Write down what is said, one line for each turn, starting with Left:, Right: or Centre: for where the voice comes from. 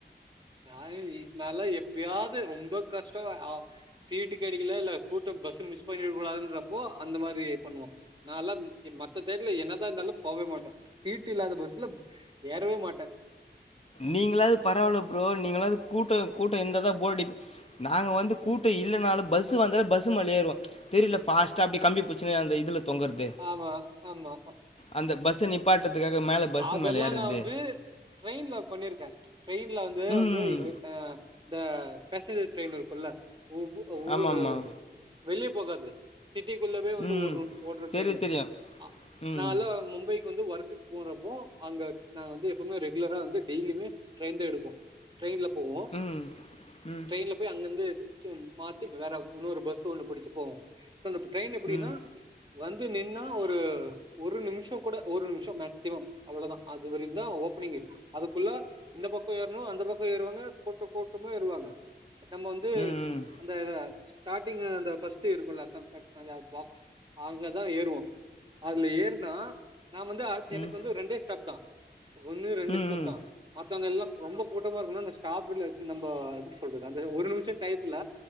Right: நாங்ளு நாலா எப்பயாது ரொம்ப கஷ்ட அ சீட்டு கெடைக்ல இல்ல கூட்ட பஸ்ஸ மிஸ் பண்ணிட கூடாதுன்றப்போ அந்த மாரி பண்ணுவோ நால்லா மத்த தெர்ல என்னதா இருந்தாலு போகவே மாட்டோ சீட் இல்லாத பஸ்ல ஏறவே மாட்ட
Left: நீங்களாது பரவால ப்ரோ நீங்களாது கூட்ட கூட்ட இருந்தாதா போடடி நாங்க வந்து கூட்ட இல்லனாலு பஸ்ஸு வந்தாலே பஸ்ஸு மேல ஏறுவோ தெரில ஃபாஸ்ட்டா அப்டி கம்பி புடிச்சுனு அந்த இதுல தொங்கறது
Right: ஆமா ஆமா
Left: அந்த பஸ்ச நிப்பாட்டத்துக்காக மேல பஸ்ஸுக்கு
Right: அதெல்லா
Left: மேல ஏர்றது.
Right: நா வந்து ட்ரெயின்ல பண்ணிருக்கே ட்ரெயின்ல வந்து
Left: ம்.
Right: வந்து ஆ இந்த பேசஞ்சர் ட்ரெயின் இருக்குல்ல ஒவ் ஒவ்வொரு
Left: ஆமாமா.
Right: வெளிய போகாது சிட்டிக்குள்ளவே வந்து
Left: ம்.
Right: ஓடுற ஓடுற
Left: தெரியும்,
Right: ட்ரெய்னு
Left: தெரியும்.
Right: அ
Left: ம்.
Right: நால்லா மும்பை க்கு வந்து ஒர்க்குக்கு போறப்போ அங்க நாங்க வந்து எப்பவுமே ரெகுலரா வந்து டெய்லிமே ட்ரெயின்தா எடுப்போ ட்ரெயின்ல போவோ
Left: ம். ம்.
Right: ட்ரெயின்ல போய் அங்கருந்து மாத்தி வேற இன்னொரு பஸ் ஒண்ணு பிடிச்சு போவோ சோ இந்த ட்ரெயின் எப்டின்னா
Left: ம்.
Right: வந்து நின்னா ஒரு ஒரு நிமிஷ கூட ஒரு நிமிஷ மேக்ஸிமம் அவ்ளதா அது வரைக்குந்தா ஓபனிங்கு அதுக்குள்ள இந்த பக்க ஏறனு அந்த பக் க ஏறுவாங்க கூட்ட கூட்டமா ஏறுவாங்க நம்ம வந்து
Left: ம்.
Right: அந்த ஸ்டாட்டிங்கு அந்த ஃபஸ்ட் இருக்குல கம்பாட் அந்த பாக்ஸ் அதுலதா ஏறுவோ அதுல ஏறுனா நா வந்து
Left: ம்.
Right: எனக்கு
Left: ம்.
Right: வந்து ரெண்டே ஸ்டாப்தா ஒன்னு ரெண்டு
Left: ம்.
Right: ஸ்டாப்தா மத்தவங்க எல்லா ரொம்ப கூட்டமா இருக்குன்னா அந்த ஸ்டாப்பிங்க்ல நம்போ எப்டி சொல்றது அந்த ஒரு நிமிஷ டயத்துல